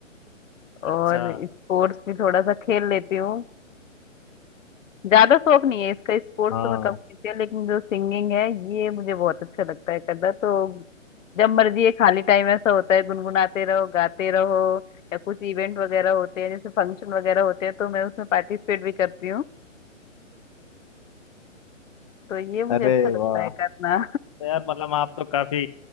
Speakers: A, on the left; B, on the left.
A: और
B: अच्छा
A: स्पोर्ट्स भी थोड़ा सा खेल लेती हूँ ज्यादा शौक नहीं है इसका स्पोर्ट्स
B: हाँ
A: तो मैं कम खेलती हूँ लेकिन जो सिंगिंग है ये मुझे बहुत अच्छा लगता है करना तो जब मर्जी ये खाली टाइम ऐसा होता है गुनगुनाते रहो गाते रहो या कुछ इवेंट वगैरह होते हैं जैसे फंक्शन वगैरह होते हैं तो मैं उसमें पार्टिसिपेट भी करती हूँ तो ये मुझे
B: अरे
A: अच्छा लगता
B: वाह
A: है करना
B: तो यार मतलब आप तो काफी